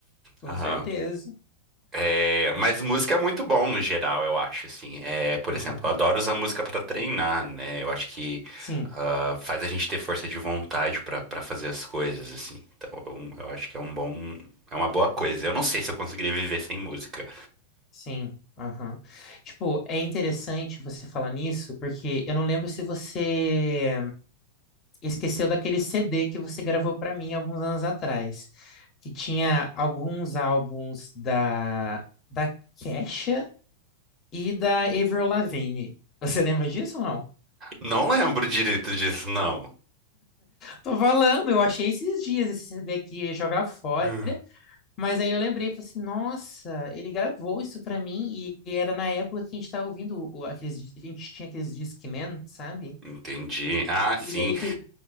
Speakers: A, on the left; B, on the right.
A: Com
B: Aham.
A: certeza.
B: É, mas música é muito bom no geral, eu acho, assim. É, por
A: Aham.
B: exemplo, eu adoro usar música pra treinar, né? Eu acho que
A: Sim,
B: ah, faz a gente ter força de vontade pra pra fazer as coisas, assim. Então, eu, eu acho que é um bom, é uma boa coisa. Eu não sei se eu conseguiria viver sem música.
A: sim. Aham. Tipo, é interessante você falar nisso, porque eu não lembro se você esqueceu daquele CD que você gravou para mim alguns anos atrás, que tinha alguns álbuns da, da Kesha e da Avril Lavigne. Você lembra disso ou não?
B: Não lembro direito disso, não.
A: Tô falando, eu achei esses dias esse CD aqui, ia jogar fora,
B: Hum.
A: mas aí eu lembrei, falei assim, nossa, ele gravou isso pra mim, e e era na época que a gente tava ouvindo o- aqueles, dis- a gente tinha aqueles Discman, sabe?
B: Entendi. Ah, sim.
A: E daí que-